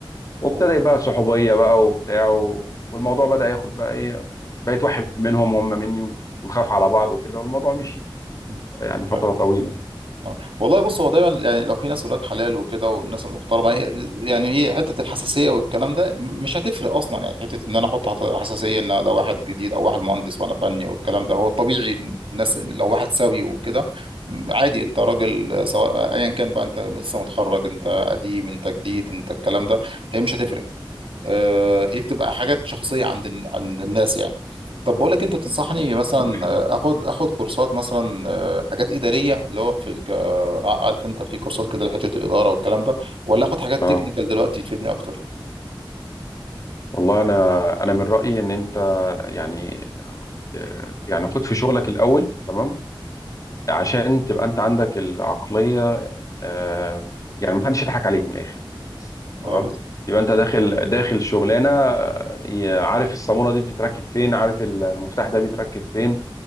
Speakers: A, on the left (about 40°); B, on the right (about 80°).
A: وابتدى
B: اه
A: بقى صحوبيه بقى وبتاع و... والموضوع بدا ياخد بقى ايه بقيت واحد منهم وهم مني ونخاف على بعض وكده والموضوع مشي
B: مم.
A: يعني فتره
B: آه.
A: طويله يعني
B: اه. والله بص هو دايما يعني لو في ناس ولاد حلال وكده والناس المحترمه هي- يعني ايه حته الحساسيه والكلام ده مش هتفرق اصلا يعني حته ان انا احط حط- حساسيه ان ده واحد جديد او واحد مهندس وانا فني والكلام ده هو الطبيعي الناس لو واحد سوي وكده م، عادي انت راجل آه، سواء ايا كان بقى انت لسه متخرج انت قديم انت جديد انت الكلام ده هي مش هتفرق آه، هي بتبقى حاجات شخصية عند الن- عند الناس يعني طب بقول لك انت تنصحني مثلا
A: ده حقيقي.
B: آه، اخد اخد كورسات مثلا آه، حاجات اداريه اللي هو في الك... آه، عارف انت في كورسات كده لحته الاداره والكلام ده ولا اخد حاجات
A: اه
B: تكنيكال دلوقتي تفيدني اكتر
A: والله انا انا من رايي ان انت يعني آه، يعني خد في شغلك الاول تمام عشان تبقى انت عندك العقلية آه، يعني محدش يضحك عليك من الاخر
B: آه،
A: تمام يبقى انت داخل داخل شغلانة آه، عارف الصامولة دي بتتركب فين عارف المفتاح ده بيتركب فين